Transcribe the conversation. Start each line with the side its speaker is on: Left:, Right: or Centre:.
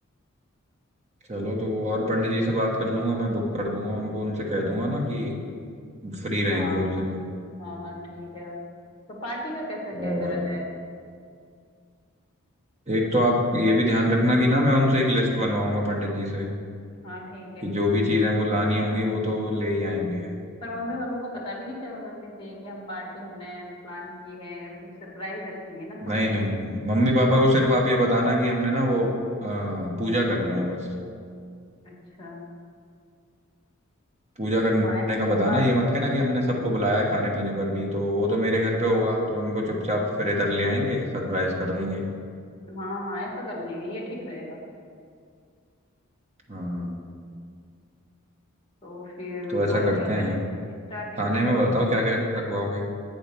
Right: चलो तो वो और पंडित जी से बात कर लूंगा मैं बुक कर दूंगा उनको उनसे कह दूंगा ना कि फ्री रहेंगे
Left: हाँ
Right: उस दिन वो
Left: हाँ हाँ ठीक है तो पार्टी का कैसा क्या
Right: और
Left: करा जाए
Right: एक तो आप ये भी ध्यान रखना कि ना मैं उनसे एक लिस्ट बनवाऊंगा पंडित जी से
Left: हाँ ठीक है
Right: कि जो भी चीजें वो लानी होंगी वो तो ले ही आएंगे
Left: पर मम्मी पापा को पता भी नहीं चल लगनी चाहिए कि हम पार्टी हमने प्लान की है या कुछ सरप्राइज रखेंगे ना थोड़ा
Right: नहीं
Left: सा
Right: नहीं नहीं मम्मी पापा को सिर्फ आप ये बताना कि हमने ना वो अ, पूजा कर रहे हैं बस
Left: अच्छा
Right: पूजा करने
Left: हाँ ऐसा
Right: का बताना
Left: हाँ
Right: ये मत कहना कि हमने सबको बुलाया है खाने पीने पर भी तो वो तो मेरे घर पे होगा तो उनको चुपचाप फिर इधर ले आएंगे सरप्राइज कर देंगे
Left: हाँ हाँ ऐसा कर लेंगे ये ठीक रहेगा
Right: हाँ
Left: तो फिर
Right: तो ऐसा
Left: और
Right: करते
Left: क्या करें
Right: हैं
Left: स्टार्टिंग
Right: खाने
Left: में
Right: में
Left: मतलब
Right: बताओ क्या क्या रखवाओगे